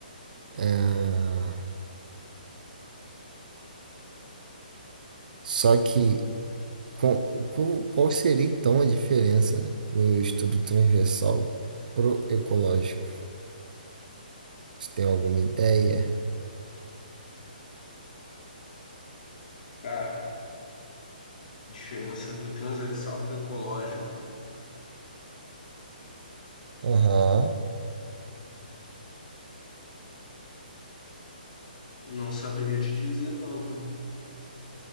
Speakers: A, on the right; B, on the left.
A: Ah, só que com- com- qual seria então a diferença, né, do estudo transversal pro ecológico? Você tem alguma ideia?
B: Cara, diferença do transversal pro ecológico.
A: Aham.
B: Não saberia te dizer, não, viu?